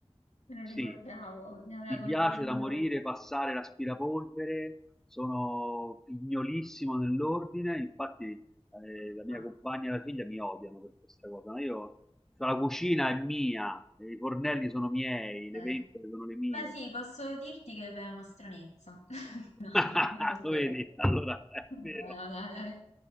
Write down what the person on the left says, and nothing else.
me lo
ricordavo, mi aveva
colpito
molto.
Ah,
ok.
Beh sì, posso dirti che beh, è una stranezza. <laughs> No,
dai, non è vero.
No,
no, no, dai.